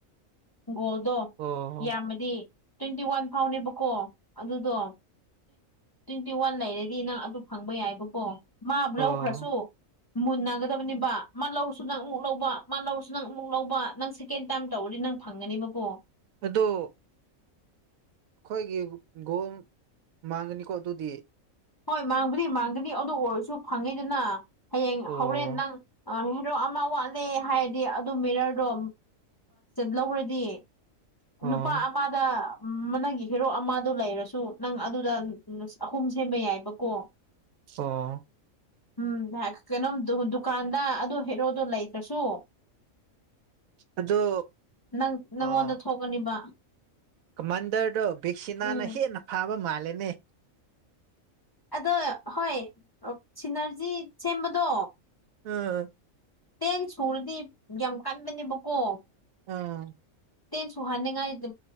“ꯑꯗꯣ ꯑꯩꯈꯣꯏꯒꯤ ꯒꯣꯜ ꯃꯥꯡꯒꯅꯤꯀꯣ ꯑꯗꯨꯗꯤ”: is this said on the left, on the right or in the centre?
Right